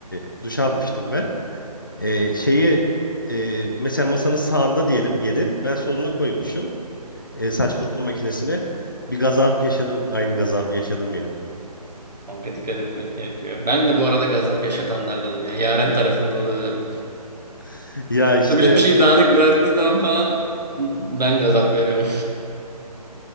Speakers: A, on the left; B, on the right.
A: E, duş almıştım ben. E, şeyi e, mesela masanın sağında diyelim yedi. Ben soluna koymuşum. E, saç kurutma makinesini. Bir gazap yaşadım. Aynı gazabı yaşadım yani.
B: Kanka dikkat etmek gerekiyor. Ben de bu arada gazap yaşatanlardanım yani. Yaren tarafında olabilirim.
A: <laughs> Ya işte
B: Tabii hiçbir şey dağınık bıraktığı zaman falan ben gazap veriyorum.